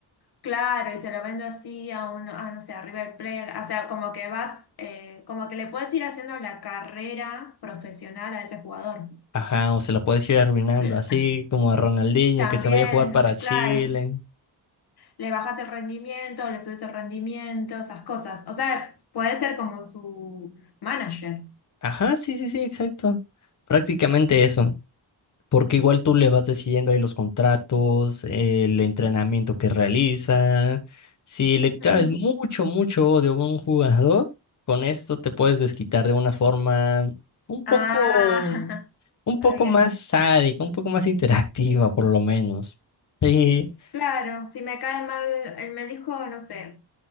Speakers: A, on the left; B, on the left.
A: claro, y se lo vendo así a un, a, no sé, a River Plate, o sea, como que vas, eh, como que le puedes ir haciendo la carrera profesional a ese jugador.
B: Ajá. O se la puedes ir arruinando.
A: Bien.
B: Así como a Ronaldinho
A: También,
B: que se vaya a jugar para Chile.
A: claro. le bajas el rendimiento, le subes el rendimiento, esas cosas. O sea, puede ser como su manager.
B: Ajá, sí, sí, sí, exacto. Prácticamente eso. Porque igual tú le vas decidiendo ahí los contratos, el entrenamiento que realiza. Si le traes
A: Ujú.
B: Ujú. mucho, mucho odio a un jugador, con esto te puedes desquitar de una forma un
A: Ah,
B: poco,
A: <laughs>
B: un
A: está
B: poco
A: bien.
B: más sádica, un poco más interactiva, por lo menos. Sí.
A: Claro, si me cae mal, él me dijo, no sé,